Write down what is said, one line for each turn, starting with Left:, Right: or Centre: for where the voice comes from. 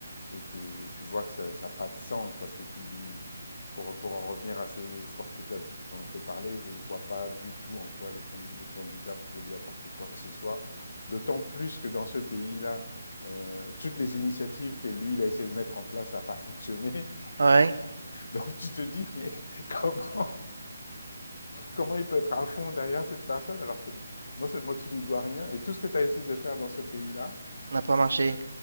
Left: et qui, et tu vois que ça, ça n'a pas de sens parce que tu, pour, pour en revenir à ce sportif-là dont je t'ai parlé, je ne vois pas du tout en quoi le, con- le candidat pouvait lui apporter quoi que ce soit. D'autant plus que dans ce pays-là, euh, toutes les initiatives que lui, il a essayé de mettre en place, ça n'a pas fonctionné.
Right: Ouais,
Left: <laughs> Donc, donc tu te dis, mais <laughs> comment, comment il peut être à fond derrière cette personne alors que non seulement tu lui dois rien et tout ce que tu as essayé de faire dans ce pays-là,
Right: n'a pas marché.
Left: euh,